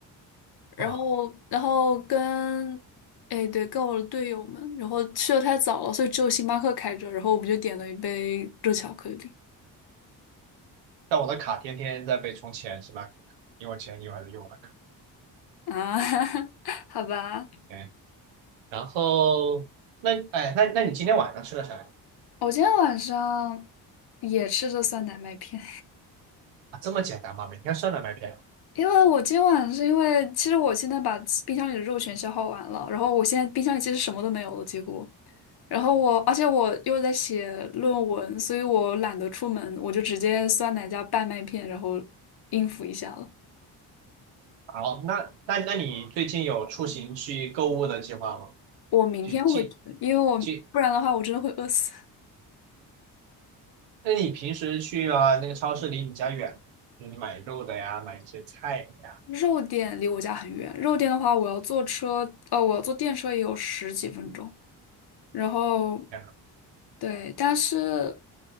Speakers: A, on the left; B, on the right.
A: 然后然后跟，
B: 哇，
A: 哎对，跟我的队友们，然后去的太早了，所以只有星巴克开着，然后我们就点了一杯热巧克力。
B: 但我的卡天天在被充钱，星巴克，因为我前女友还是用我的卡。
A: 啊，<laughs> 好吧，
B: 对，然后那哎，那那你今天晚上吃的啥呀？
A: 我今天晚上也吃着酸奶麦片。
B: 啊，这么简单吗？每天酸奶麦片。
A: 因为我今晚是因为，其实我现在把冰箱里的肉全消耗完了，然后我现在冰箱里其实什么都没有了，几乎。然后我，而且我又在写论文，所以我懒得出门，我就直接酸奶加拌麦片，然后应付一下了。
B: 好，那那那你最近有出行去购物的计划吗？
A: 我明天会吃因为我不然的话，
B: 去进去？
A: 我真的会饿死。
B: 那你平时去啊那个超市离你家远吗？就是你买肉的呀，买一些菜的呀，
A: 肉店离我家很远，肉店的话，我要坐车，呃，我要坐电车也有十几分钟。然后
B: 这样。
A: 对，但是